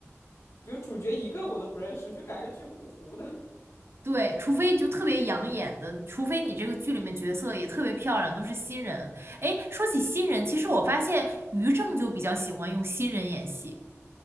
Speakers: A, on the left; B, on the right.
A: 比如主角一个我都不认识，就感觉剧糊糊的。<laughs>
B: 对，除非就特别养眼的，除非你这个剧里面角色也特别漂亮，都是新人。哎，说起新人，其实我发现于正就比较喜欢用新人演戏。